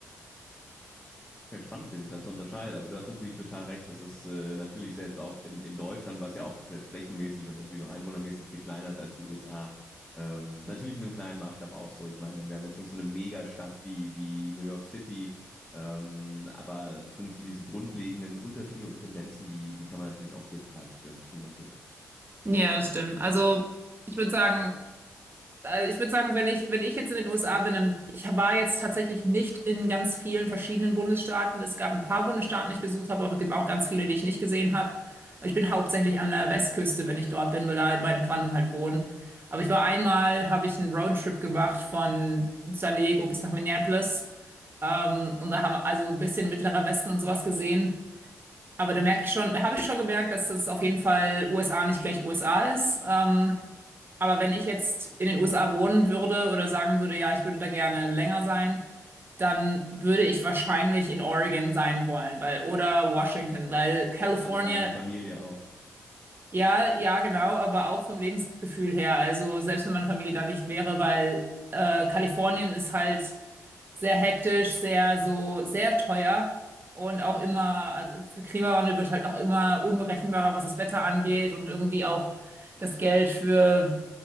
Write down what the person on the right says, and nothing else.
Ja, das stimmt. Also ich würde sagen, also ich würde sagen, wenn ich, wenn ich jetzt in den USA bin, dann, ich war jetzt tatsächlich nicht in ganz vielen verschiedenen Bundesstaaten. Es gab ein paar Bundesstaaten, die ich besucht habe, aber es gibt auch ganz viele, die ich nicht gesehen habe. Ich bin hauptsächlich an der Westküste, wenn ich dort bin, weil da meine Verwandten halt wohnen. Aber ich war einmal, habe ich einen Roadtrip gemacht von San Diego bis nach Minneapolis. Ähm, und da haben wir also ein bisschen Mittlerer Westen und sowas gesehen. Aber da merke ich schon, da habe ich schon gemerkt, dass das auf jeden Fall USA nicht gleich USA ist. Ähm, aber wenn ich jetzt in den USA wohnen würde oder sagen würde, ja, ich würde da gerne länger sein, dann würde ich wahrscheinlich in Oregon sein wollen, weil oder Washington, weil California,
ja, ja, genau, aber auch vom Lebensgefühl her. Also selbst wenn meine Familie da nicht wäre, weil äh, Kalifornien ist halt sehr hektisch, sehr so, sehr teuer und auch immer, also für Klimawandel wird halt auch immer unberechenbarer, was das Wetter angeht und irgendwie auch das Geld für,